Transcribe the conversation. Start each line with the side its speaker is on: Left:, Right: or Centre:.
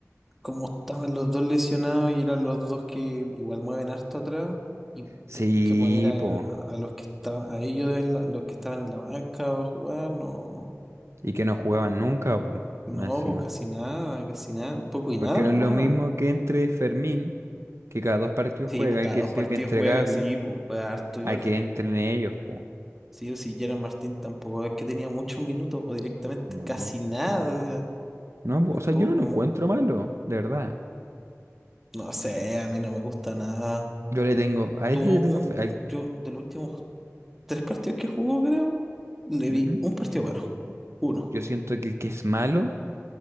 Centre: como estaban los dos lesionados y eran los dos que igual mueven harto atrás y
Right: Sí,
Centre: tenés que poner a,
Right: po.
Centre: a los que estaban, a ellos en la- los que estaban en la banca a jugar, no,
Right: Y que no
Centre: no,
Right: jugaban nunca, po.
Centre: no,
Right: Más encima.
Centre: pues casi nada, casi nada, poco y nada
Right: Porque no
Centre: jugaban.
Right: es lo mismo que entre Fermín, que cada dos partidos
Centre: Sí,
Right: juega,
Centre: pues cada
Right: y que
Centre: dos
Right: sé
Centre: partidos
Right: yo, que entre
Centre: juega,
Right: Gavi,
Centre: sí, pues juega harto igual.
Right: a que entren ellos, po.
Centre: Sí, o si Gerard Martín tampoco es que tenía muchos minutos o directamente
Right: No.
Centre: casi nada, o sea,
Right: No,
Centre: muy
Right: o
Centre: poco.
Right: sea, yo no lo encuentro malo, de verdad.
Centre: No sé, a mí no me gusta nada.
Right: Yo le tengo, a
Centre: Tuvo
Right: él yo le
Centre: un,
Right: tengo fe. a él-
Centre: yo de los últimos tres partidos que jugó, creo, le
Right: ujú.
Centre: vi un partido bueno. Uno.
Right: Yo siento que el que es malo